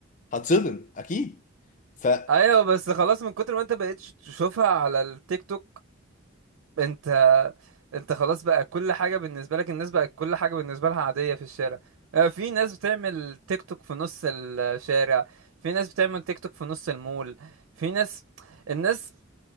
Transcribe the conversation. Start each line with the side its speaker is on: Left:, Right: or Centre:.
Left: هتصدم اكيد ف
Right: ايوه بس خلاص من كتر ما انت بقيت تشوفها على التيك توك انت انت خلاص بقى كل حاجه بالنسبه لك الناس بقت كل حاجه بالنسبه لها عاديه في الشارع آه، في ناس بتعمل تيك توك في نص الشارع في ناس بتعمل تيك توك في نص المول في ناس الناس